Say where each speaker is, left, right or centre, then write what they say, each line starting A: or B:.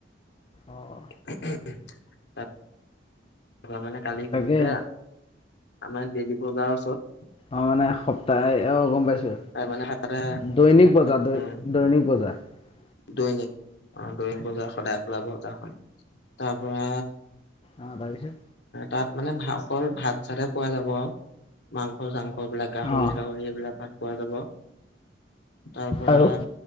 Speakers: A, on the left; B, on the left.
A: অঁ
B: <inaudible> তৰা মানে কালি
A: তাকে
B: খুলিছে আমাৰ ডেলি বজাৰৰ ওচৰত।
A: আমাৰ মানে সপ্তাহে, অ, গম পাইছোঁ,
B: তাৰ মানে
A: দৈনিক বজা,
B: উম,
A: দৈনিক বজা <unintelligible>
B: দৈনিক অ, দৈনিক বজাৰ সদায় খোলাবতাখনন তাৰ পৰা
A: অ তাৰপিছত
B: তাত মানে অকল ভাত চাতে পোৱা যাব আৰু মাংস চাংস কবিলাক গাহৰি
A: অ
B: চাহৰি এইবিলাক ভাত পোৱা যাব। তাৰ পৰা
A: আৰু